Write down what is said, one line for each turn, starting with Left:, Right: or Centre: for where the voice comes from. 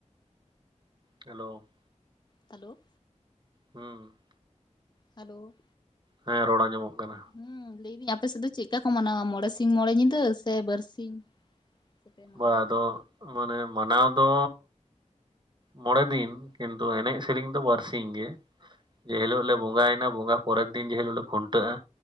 Right: ᱦᱮᱞᱳ᱾
Left: ᱦᱮᱞᱳ᱾
Right: ᱦᱩᱸ᱾
Left: ᱦᱮᱞᱳ᱾
Right: ᱦᱮᱸ ᱨᱚᱲ ᱟᱸᱡᱚᱢᱚᱜ ᱠᱟᱱᱟ᱾
Left: ᱦᱩᱸ, ᱞᱟᱹᱭᱫᱟᱹᱧ ᱟᱯᱮ ᱥᱮᱫ ᱫᱚ ᱪᱮᱫᱠᱟ ᱠᱚ ᱢᱟᱱᱟᱣᱟ ᱢᱚᱬᱮ ᱥᱤᱧ ᱢᱚᱬᱮ ᱧᱤᱫᱟᱹ ᱥᱮ ᱵᱟᱨᱥᱤᱧ? ᱥᱮ ᱯᱮ ᱢᱟᱦᱟ
Right: ᱵᱟ ᱟᱫᱚ ᱢᱟᱱᱮ ᱢᱟᱱᱟᱣ ᱫᱚ ᱢᱚᱬᱮ ᱫᱤᱱ ᱠᱤᱱᱛᱩ ᱮᱱᱮᱡ ᱥᱮᱨᱮᱧ ᱫᱚ ᱵᱟᱨᱥᱤᱧ ᱜᱮ᱾ ᱡᱮ ᱦᱤᱞᱳᱜ ᱞᱮ ᱵᱚᱸᱜᱟᱭᱮᱱᱟ ᱵᱚᱸᱜᱟ ᱯᱚᱨᱮᱨ ᱫᱤᱱ ᱡᱮ ᱦᱤᱞᱳᱜ ᱞᱮ ᱠᱷᱩᱱᱴᱟᱹᱜᱼᱟ᱾